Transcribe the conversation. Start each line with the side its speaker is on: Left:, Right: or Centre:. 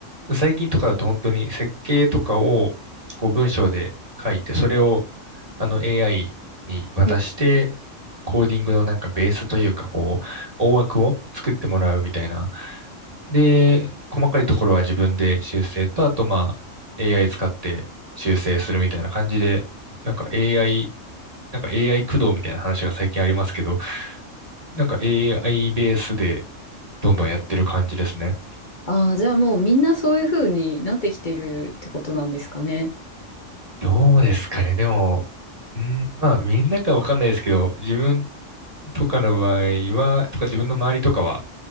Right: 最近とかだと本当に設計とかをこう文章で書いて、それをあの AI に渡して、
Left: うん、
Right: コーディングのなんかベースというか、こう、大枠を作ってもらうみたいな。で、細かいところは自分で修正と、あとまあ AI 使って修正するみたいな感じで、なんか AI、なんか AI 駆動みたいな話が最近ありますけど、なんか AI ベースでどんどんやってる感じですね。
Left: ああ、じゃあもうみんなそういうふうになってきてるってことなんですかね。
Right: どうですかね。でも、うん、まあ、みんなかわかんないですけど、自分とかの場合は、とか自分の周りとかは、